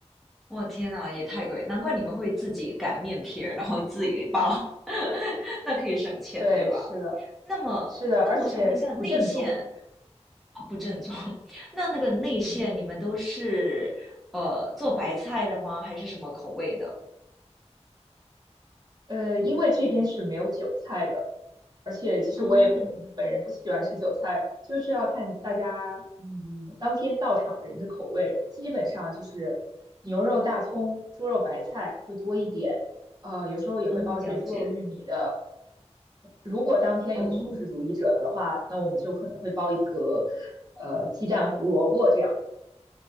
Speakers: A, in the centre; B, on the right (about 35°).
A: 我天呐，也太贵，难怪你们会自己擀面皮儿，然后自己包，<laughs> 那可以省钱，
B: 对，
A: 对吧？
B: 是的，
A: 那么，
B: 是的，
A: 那么我想问一下，
B: 而且不正宗，
A: 内线啊不正宗，
B: 嗯
A: <laughs> 那那个内线你们都是呃做白菜的吗？
B: 嗯。
A: 还是什么口味的？
B: 呃，因为这边是没有韭菜的，而且其实我也本人本人不喜欢吃韭菜，
A: 哦，
B: 就是要看大家嗯当天到场的人的口味，基本上就是牛肉、大葱、猪肉、白菜会多一点，呃，有时候也会包一些猪肉、
A: 嗯，了解。
B: 玉米的。如果当天有素食主义者的话，
A: 哦，
B: 那我们就可能会包一个呃鸡蛋、胡萝卜这样的，